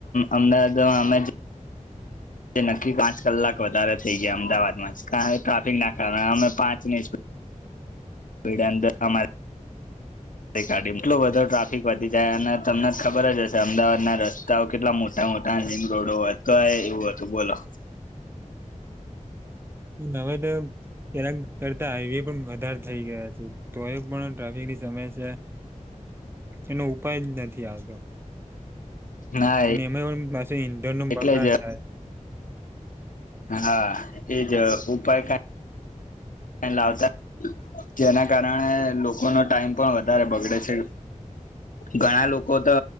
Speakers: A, on the left; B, on the right.
A: અમદાવાદ અમે તે નક્કી પાંચ કલાક વધારે થઈ ગયા અમદાવાદમાં ટ્રાફિકના કારણે અમે પાંચ ની સ્ડનંદમા ગાડીમાં એટલું બધો ટ્રાફિક વધી જાય અને તમને ખબર જ હશે અમદાવાદના રસ્તાઓ કેટલા મોટા મોટા રિમ રોડોતો એવું હતું બોલો.
B: હવે તો પેલા કરતા હાઈવે પણ વધારે થઈ ગયા છે તો એ પણ ટ્રાફિકની સમસ્યા એનો ઉપાય જ નથી આવતો.
A: ના
B: અને એમાં પણ પાછ ઇન્ડોર ન બગાડ
A: એટલે જ
B: થાય છે.
A: હા એજ ઉપાય કઈ લાવતા જેના કારણે લોકોનો ટાઈમ પણ વધારે બગડે છે ઘણા લોકો તો